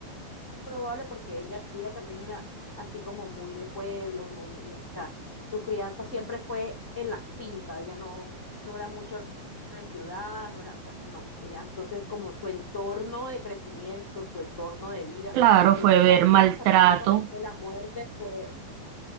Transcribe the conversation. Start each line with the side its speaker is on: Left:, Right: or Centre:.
Left: Es probable porque ella, ella también era así como muy de pueblo, muy de, o sea, su crianza siempre fue en la finca, ella no, no era mucho de ciudad, no era, o sea, no, ella entonces como su entorno de crecimiento, su entorno de vida,
Right: Claro,
Left: desde
Right: fue ver
Left: la vida
Right: maltrato
Left: hasta prácticamente la muerte fue,